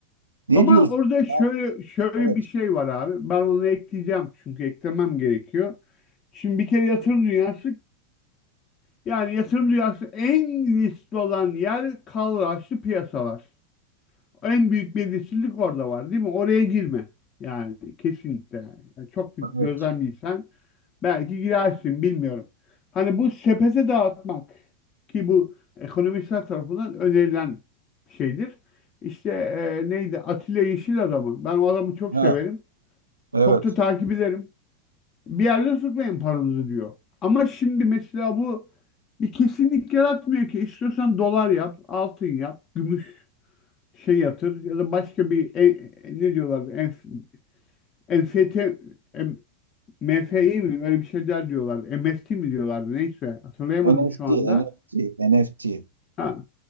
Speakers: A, on the right; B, on the left.
A: Ne
B: Ama
A: diyorsun?
B: orada şöyle
A: Ha,
B: şöyle
A: evet.
B: bir şey var abi. Ben onu ekleyeceğim çünkü eklemem gerekiyor. Şimdi bir kere yatırım dünyası yani yatırım dünyası en riskli olan yer kalıraçlı piyasalar. En büyük belirsizlik orada var değil mi? Oraya girme. Yani kesinlikle. Yani çok büyük
A: Evet.
B: gözlemliysen belki girersin bilmiyorum. Hani bu sepete dağıtmak ki bu ekonomistler tarafından önerilen şeydir. İşte e, neydi? Atilla Yeşil adamı. Ben o adamı çok
A: Ha,
B: severim.
A: evet.
B: Çok da takip ederim. Bir yerde tutmayın paranızı diyor. Ama şimdi mesela bu bir kesinlik yaratmıyor ki. İstiyorsan dolar yap, altın yap, gümüş şey yatır ya da başka bir e- ne diyorlar enf, NFT em- MFI mi öyle bir şeyler diyorlar. MFT mi diyorlardı neyse hatırlayamadım
A: NFT,
B: şu anda.
A: NFT, NFT.
B: Ha,